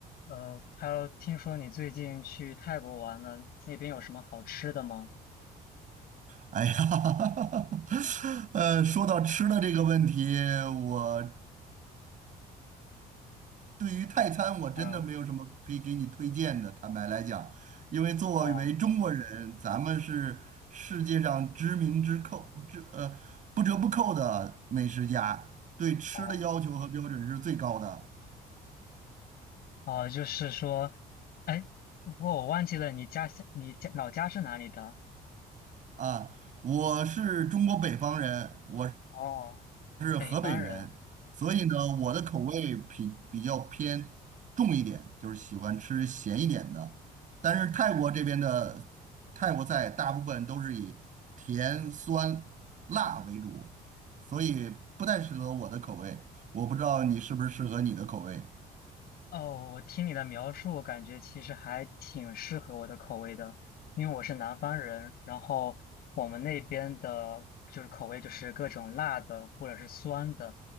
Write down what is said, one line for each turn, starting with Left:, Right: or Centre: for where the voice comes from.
Left: 呃 h e 听说你最近去泰国玩了，那边有什么好吃的吗？
Right: 哎呀，<laughs> 呃，说到吃的这个问题，我对于泰餐我真的没有什么可以给你推荐的。
Left: 嗯，
Right: 坦白来讲，因为作为中国人，
Left: 哦
Right: 咱们是世界上知名之扣之呃不折不扣的美食家，对吃的要求和标准是最高的
Left: 哦，哦，就是说，哎，不过我忘记了你家乡，你家老家是哪里的？
Right: 啊。我是中国北方人，我
Left: 哦，
Right: 是河北人，
Left: 北方人。
Right: 所以呢，我的口味比比较偏重一点，就是喜欢吃咸一点的。但是泰国这边的泰国菜大部分都是以甜、酸、辣为主，所以不太适合我的口味。我不知道你是不是适合你的口味。
Left: 哦，我听你的描述，我感觉其实还挺适合我的口味的，因为我是南方人，然后我们那边的就是口味就是各种辣的或者是酸的，